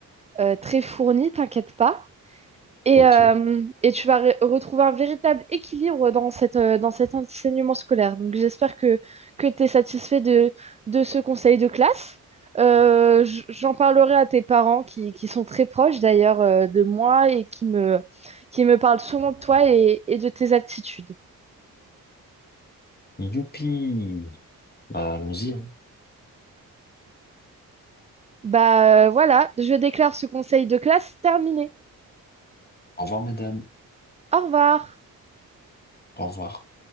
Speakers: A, on the right; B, on the left.
A: euh, très fourni, t'inquiète pas. Et,
B: ok.
A: euh, et tu vas re- retrouver un véritable équilibre dans cette, euh, dans cet enseignement scolaire. Donc j'espère que, que tu es satisfait de, de ce conseil de classe. Euh, j- j'en parlerai à tes parents qui, qui sont très proches d'ailleurs euh, de moi et qui me, qui me parlent souvent de toi et, et de tes aptitudes.
B: Youpi! Bah, allons-y, hein.
A: Bah euh, voilà, je déclare ce conseil de classe terminé.
B: Au revoir, madame.
A: Au revoir.
B: Au revoir.